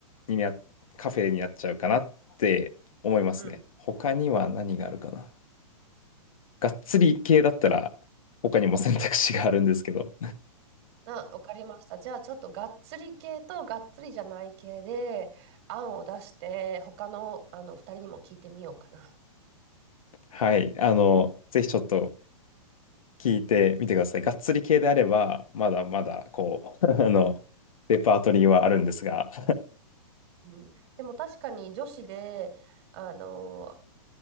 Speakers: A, on the left (about 75°); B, on the right (about 50°).
A: にな、カフェになっちゃうかなって思いますね。
B: うん。
A: 他には何があるかな。がっつり系だったら、他にも選択肢があるんですけど。
B: あ、わかりました。じゃあちょっとがっつり系とがっつりじゃない系で案を出して他の、あの2人にも聞いてみようかな。
A: はい。あの、ぜひちょっと聞いてみてください。がっつり系であれば、まだまだ、こう、<laughs> あの、レパートリーはあるんですが。
B: うん、でも確かに女子で、あの、